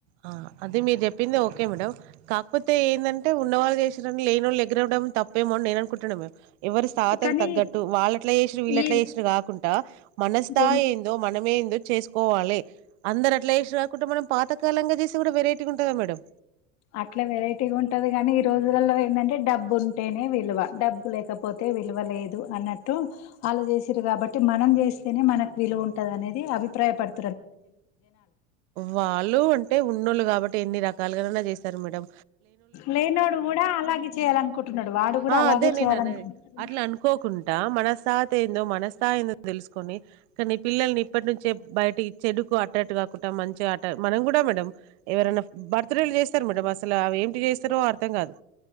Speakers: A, on the right; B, on the left.
A: అ అదే మీరు చెప్పింది ఓ ఓకే మేడం కాకపోతే ఏందంటే ఉన్నవాళ్ళు చేస్ లేనోళ్ళు ఎదురవ్వడం తప్పేమో అని నేనుకుంటున్నామే ఎవరి తాహతుకు
B: కానీ
A: తగ్గట్టు వాళ్ళట్లా చేసిరు వీళ్ళట్లా
B: ఈ
A: చేసిరు కాకుండా మన స్థాయి
B: జన్
A: ఏందో మనమేందో చేసుకోవాలి అందరు <unintelligible> కుటుంబమం పాతకాలంగా చేసి కూడా వెరైటీగ ఉంటదా మేడం
B: అట్లా వెరైటీగా ఉంటది కాని ఈ రోజులలో ఏందంటే డబ్బు ఉంటేనే విలువ డబ్బు లేకపోతే విలువ లేదు అన్నట్టు వాళ్లు చేసిరు కాబట్టి మనం చేస్తేనే మనకు విలువ ఉం ఉంటది అనేది అభిప్రాయపడ్
A: వాళ్ళు అంటే ఉన్నోళ్ళు కాబట్ టి ఎన్ని రకాలుగానైనా చేస్తారు మేడం
B: లేనోడు కూడా అలాగే చేయాలనుకుంటున్నాడు వాడు కూడా
A: ఆ
B: అలాగే
A: అదే
B: చేయాలనుకుంటున్నాడు
A: నేను అనేది అట్లా అనుకోకుండా మన తాహతు ఏందో మన స్థాయి ఏందో తెలుసుకొని కానీ పిల్లల్ని ఇప్పటి నుంచే బయటకి అటు అటు కాకుండా మంచి గా అట్ట మనం కూడా మేడం ఎవరైనా బర్త్డే లు చేస్తారు మేడం అసల అ ఏంటి చేస్తారో అర్థం కాదు